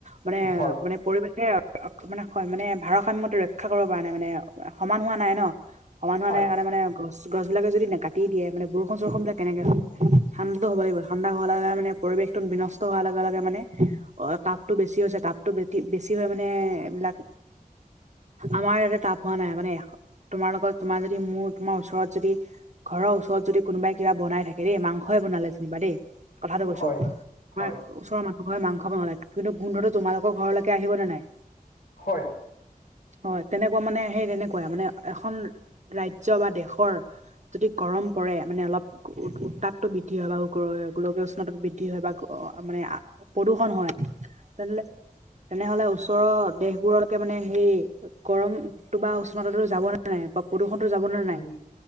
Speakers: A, on the right; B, on the left.
A: মানে
B: হয়
A: মানে পৰিৱেশে অ মানে মানে ভাৰসাম্যতো ৰক্ষা কৰিব পৰা নাই মানে সমান হোৱা নাই ন। সমান হোৱা
B: হয়
A: নাই কাৰণে মানে গছ গছবিলাকে যদি নাকাটি দিয়ে মানে বৰষুণ চৰষুণবিলাক কেনেকে হ ঠাণ্ডাতো হ'ব লাগিব। ঠাণ্ডা হোৱাৰ লগে মানে পৰিৱেশতো বিনষ্ট হোৱাৰ লগে লগে মানে অ তাপতো বেছি হৈছে তাপ- টো বে কি বেছি হয় মানে এবিলাক
B: <inaudible>
A: আমাৰ ইয়াতে তাপ হোৱা নাই মানে, তোমাৰ লগত তোমাৰ যদি মোৰ তোমাৰ ওচৰত যদি ঘৰৰ ওচৰত যদি কোনোবাই কিবা বনাই থাকে দেই মাংসই বনালে যেনিবা দেই। কথাটো কৈছো,
B: হয়
A: আমাৰ
B: হয়
A: ওচৰৰ মানুহে মাংস বনালে কিন্তু গোন্ধটো তোমালোকৰ ঘৰলেকে আহিব নে নাই?
B: হয়।
A: হয় তেনেকুৱা মানে সেই তেনেকুৱাই মানে এখন ৰাজ্য বা দেশৰ যদি গৰম পৰে মানে অলপ উ উত্তাপটো বৃদ্ধি হয় বা গয়- গোলকীয় উষ্ণতা বৃদ্ধি হয় বা মানে প্ৰদূষণ হয় তেনেহ'লে তেনেহ'লে ওচৰৰ দেশবোৰলৈকে মানে সেই গৰমটো বা উষ্ণতাতো যাব নে নাই বা প্ৰদূষণটো যাবনে নাই?
B: উম,